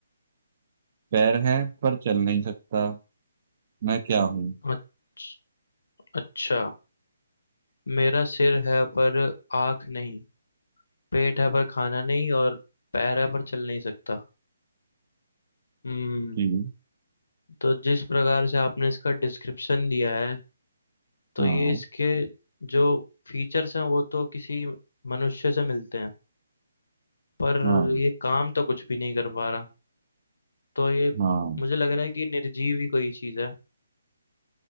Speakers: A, on the right (about 45°); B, on the left (about 75°).
A: पैर है पर चल नहीं सकता मैं क्या हूँ
B: अच्छ- अच्छा मेरा सिर है पर आँख नहीं पेट है पर खाना नहीं और पैर है पर चल नहीं सकता हम्म
A: जी
B: तो जिस प्रकार से आपने इसका डिस्क्रिप्शन दिया है तो
A: हाँ
B: ये इसके जो फीचर्स हैं वो तो किसी मनुष्य से मिलते हैं पर
A: हाँ
B: ये काम तो कुछ भी नहीं कर पा रहा तो ये
A: हाँ
B: मुझे लग रहा है कि निर्जीव ही कोई चीज़ है